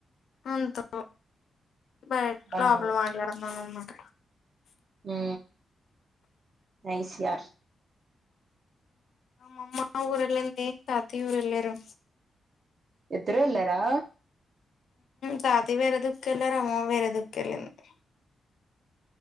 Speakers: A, on the left; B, on the right.
A: అంతో బయట
B: బాను
A: లోపల మాట్లాడున్నా అన్మాట
B: ఉ నైస్ యార్
A: మా అమ్మ ఊరెళ్ళింది తాతయ్య ఊరెళ్ళారు
B: ఇద్దరు ఎల్లారా
A: తాతయ్య వేరే దుక్కేళ్ళారు అమ్మ వేర దుక్కెళింది